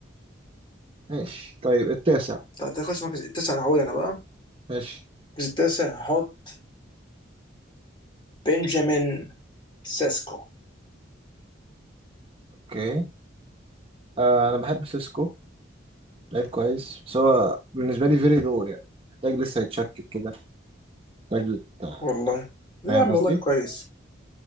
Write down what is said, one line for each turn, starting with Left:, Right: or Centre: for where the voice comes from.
Right: ماشي طيب التاسع
Left: طب تاخد المركز التاسع انا هقول انا بقى
Right: ماشي
Left: المركز التاسع هحط بنجامين سيسكو
Right: اوكي آه انا بحب سيسكو لعيب كويس بس هو بالنسبه لي فيري رو يعني محتاج لسه يتشكل كده محتاج يت-
Left: والله ليه
Right: فاهم
Left: يا عم
Right: قصدي
Left: والله كويس